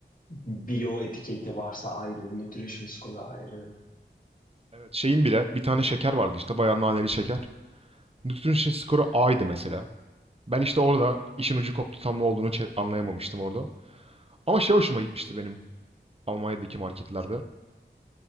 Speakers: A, on the left; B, on the right.
A: bio etiketi varsa ayrı, nutrition score ayrı.
B: Evet şeyin bile bir tane şeker vardı işte bayağı naneli şeker. Nutrition skoru A'ydı mesela. Ben işte orada işin ucu koptu tam ne olduğunu çe- anlayamamıştım orada. Ama şey hoşuma gitmişti benim. Almanya'daki marketlerde.